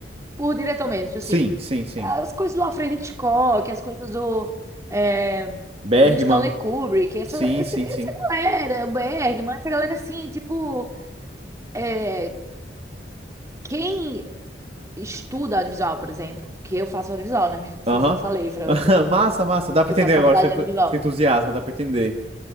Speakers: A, on the right; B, on the right.
A: por diretor mesmo, tipo assim,
B: Sim, sim, sim.
A: as coisas do Alfred Hitchcock, as coisas do, é,
B: Bergman.
A: do Stanley Kubrick, essa,
B: Sim,
A: essa,
B: sim,
A: essa
B: sim.
A: galera, o Bergman, essa galera assim, tipo, é, quem estuda audiovisual, por exemplo, que eu faço audiovisual, né? Não sei
B: Aham.
A: se eu falei pra
B: <laughs>
A: você,
B: Massa, massa. Dá pra
A: eu
B: entender
A: faço
B: agora,
A: faculdade
B: seu
A: de
B: entu-
A: audiovisual.
B: seu entusiasmo, dá pra entender.